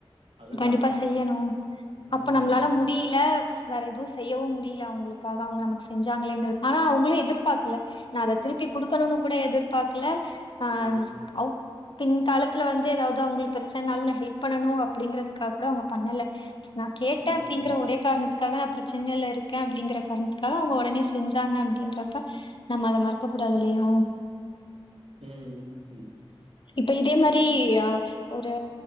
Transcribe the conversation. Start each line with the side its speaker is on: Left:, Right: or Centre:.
Right: அதுதான்
Left: கண்டிப்பா செய்யணு அப்ப
Right: ம்
Left: நம்மளால முடியில வேற எதுவு செய்யவும் முடியில அவங்களுக்காக அவங்க நமக்கு செஞ்சாங்களேங்குறது ஆனா அவங்களு எதிர்பாக்கல நா அத திருப்பி குடுக்கணுன்னு கூட எதிர்பாக்குல ஆம்ச்
Right: ம்.
Left: அவ் பின் காலத்துல வந்து ஏதாவது அவங்ளுக்கு பிரச்சனாலு நா ஹெல்ப் பண்ணணு அப்படிங்கறதுக்காக கூட அவங்க பண்ணல நா கேட்ட
Right: ம்.
Left: அப்டிங்கற ஒரே காரணத்து அதுக்காக நா பிரச்சனைல இருக்க அப்டிங்ற காரணத்துக்காக அவங்க ஒடனே செஞ்சாங்க அப்டின்றப்ப நம்ம அத மறக்க கூடாதுல்லையா
Right: ம் ம்
Left: இப்ப இதே மாரி ஒரு